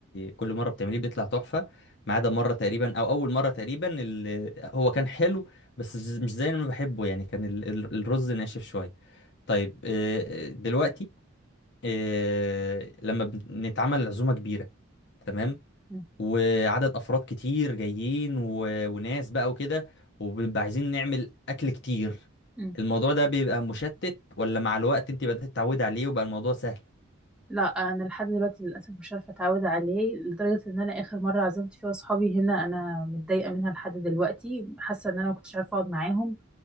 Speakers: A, on the left; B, in the centre.
A: كل مرة بتعمليه بيطلع تحفة ما عدا مرة تقريبا أو أول مرة تقريبا اللي هو كان حلو بس ز- مش زي ما بحبه يعني كان ال- ال- الرز ناشف شوية طيب آه، دلوقتي آه، لما بنتعمل عزومة كبيرة تمام
B: م-
A: وعدد أفراد كتير جايين و- وناس بقى وكده وبنبقى عايزين نعمل أكل كتير
B: م.
A: الموضوع ده بيبقى مشتت ولا مع الوقت انت بدأت تتعودي عليه وبقى الموضوع سهل؟
B: لا أنا لحد دلوقتي للأسف مش عارفة أتعود عليه لدرجة إن أنا آخر مرة عزمت فيها صحابي هنا أنا متضايقة منها لحد دلوقتي حاسة إن أنا مكنتش عارفة أقعد معاهم